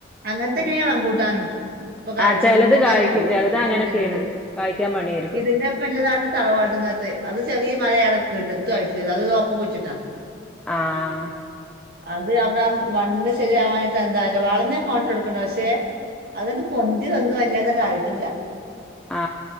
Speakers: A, on the right (about 50°); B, in the centre.
A: അങ്ങൻത്തെന്ന്യേ
B: ഇണ്ട്
A: റംമ്പൂട്ടാനും. ഇപ്പൊ കായിച്ചതും
B: ആഹ് ചിലത്
A: മൂന്നൊല്ലായി
B: കായ്ക്കും ചിലത്
A: <unintelligible>
B: അങ്ങനൊക്കെയാണ് കായ്ക്കാൻ പണിയായിരിക്കും
A: ഇതിന്റെപ്പല്ലതാണ് തറവാട്ങ്ങത്തെ അത് ചെറിയ മരായി അടക്ക്ണ്ട്. എത്തും ആയിട്ടില്ലത്. അതുതും ഒപ്പം കുഴിച്ചിട്ടാ.
B: ആഹ്
A: അത് അതാ മണ്ണ് ശരിയാവാഞ്ഞിട്ടാ എന്താ അറീല്ല. വളഞ്ഞക്കോൻ ഇട്ടൊടുക്ണ്ട പക്ഷെ അതാണ്ട് പൊന്തി വന്നു വല്ല്യാതാണ്ടായിട്ടില്ല.
B: ആ